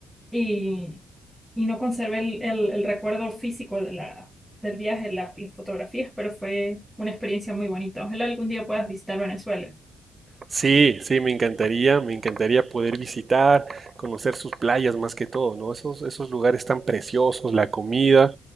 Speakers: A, in the centre; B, on the right.
A: y, y no conservé el, el- el recuerdo físico de la, del viaje, la- las fotografías, pero fue una experiencia muy bonita. Ojalá algún día puedas visitar Venezuela.
B: Sí, sí, me encantaría, me encantaría poder visitar, conocer sus playas más que todo, ¿no? Esos, esos lugares tan preciosos, la comida